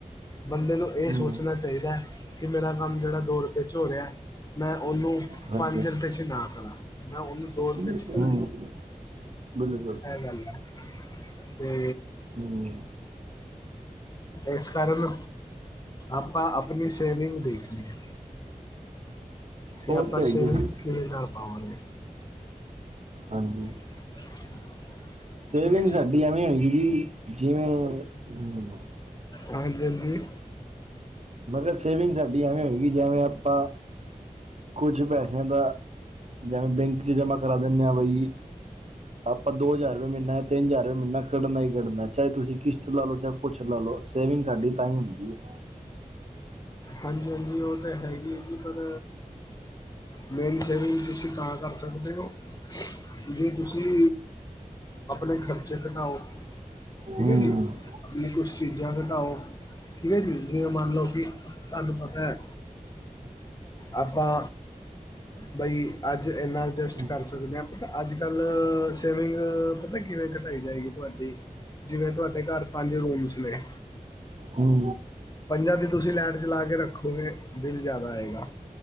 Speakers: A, on the left (about 25°); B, on the right (about 50°).
A: ਬੰਦੇ ਨੂੰ ਇਹ
B: ਹੂੰ
A: ਸੋਚ, ਹੋਣਾ ਚਾਹੀਦਾ ਕਿ ਮੇਰਾ ਕੰਮ ਜਿਹੜਾ ਦੋ ਰੁਪਏ ਚ ਹੋ ਰਿਹਾ, ਮੈਂ ਉਹਨੂੰ
B: ਹਾਂਜੀ
A: ਪੰਜ ਰੁਪਏ ਨਾ ਕਰਾਂ, ਮੈਂ ਉਹਨੂੰ ਦੋ ਰੁਪਏ
B: ਹਾਂਜੀ
A: ਚ ਕਰਾਂ
B: ਹੂੰ ਬਿਲਕੁਲ
A: ਇਹ ਗੱਲ ਐ, ਤੇ
B: ਹੂੰ
A: ਇਸ ਕਾਰਨ ਆਪਾਂ ਆਪਣੀ ਸੇਵਿੰਗ ਦੇਖਣੀ ਆ, ਤੇ
B: ਉਹ
A: ਆਪਾਂ
B: ਹੈ ਹੀ
A: ਸੇਵਿੰਗ
B: ਹੈ ਜੀ
A: ਕਿਦੇ ਨਾਲ ਪਾਵਾਂਗੇ,
B: ਹਾਂਜੀ,
A: <inaudible>
B: ਸੇਵਿੰਗ
A: ਜੀ
B: ਸਾਡੀ ਐਵੇਂ ਹੋਏਗੀ ਜੀ, ਜਿਵੇਂ ਹੂੰ,
A: ਹਾਂਜੀ-ਹਾਂਜੀ,
B: ਮਗਰ ਸੇਵਿੰਗ ਸਾਡੀ ਐਵੇਂ ਹੋਏਗੀ ਜਿਵੇਂ ਆਪਾਂ ਕੁਛ ਪੈਸੇ ਅ ਤਾਂ ਜਵੇਂ ਬੈਂਕ ਚ ਜਮਾ ਕਰਾ ਦਿੰਦੇ ਹ ਭਾਈ ਜੀ ਆਪਾਂ ਦੋ ਹਜ਼ਾਰ ਰੁਪਏ ਮਹੀਨਾ ਜਾਂ ਤਿੰਨ ਹਜ਼ਾਰ ਰੁਪਏ ਮਹੀਨਾ ਕੱਢਣਾ ਹੀ ਕੱਢਨਾ ਚਾਹੇ ਤੁਸੀਂ ਕਿਸ਼ਤ ਲਾ ਲੋ ਚਾਹੇ ਕੁਛ ਲਾ ਲ ਲੋ ਸੇਵਿੰਗ ਸਾਡੀ ਤਾਂ ਹੀ ਹੁੰਦੀ ਹੈ
A: ਹਾਂਜੀ ਹਾਂਜੀ ਉਹ ਤਾਂ ਹੈਗੀ ਹੈ ਜੀ ਪਰ ਮੇਰੀ ਸੇਵਿੰਗ ਤੁਸੀਂ ਤਾਂ ਕਰ ਸਕਦੇ ਹੋ ਜੇ ਤੁਸੀਂ ਆਪਣੇ ਖਰਚੇ ਘਟਾਓ
B: ਹੂੰ
A: ਠੀਕ ਹੈ ਜੀ ਆਪਣੀ ਕੁਛ ਚੀਜ਼ਾਂ ਘਟਾਓ ਠੀਕ ਹੈ ਜੀ ਜਿਵੇਂ ਮੰਨ ਲਓ ਕਿ ਸਾਨੂੰ ਪਤਾ ਹੈ ਆਪਾਂ ਬਾਈ। ਅੱਜ, ਇੰਨਾ ਅਡਜਸਟ
B: ਹੂੰ
A: ਕਰ ਸਕਦੇ ਹਾਂ, ਪਤਾ ਅੱਜ-ਕੱਲ ਸੇਵਿੰਗ ਪਤਾ ਕਿਵੇਂ ਪਾਈ ਜਾਏਗੀ ਤੁਹਾਡੀ। ਜਿਵੇਂ, ਤੁਹਾਡੇ ਘਰ ਪੰਜ ਰੂਮਸ ਨੇ
B: ਹੂ,
A: ਪੰਜਾਂ ਦੀ ਤੁਸੀਂ ਲਾਈਟ ਚਲਾ ਕੇ ਰੱਖੋਗੇ ਬਿੱਲ ਜ਼ਿਆਦਾ ਆਏਗਾ,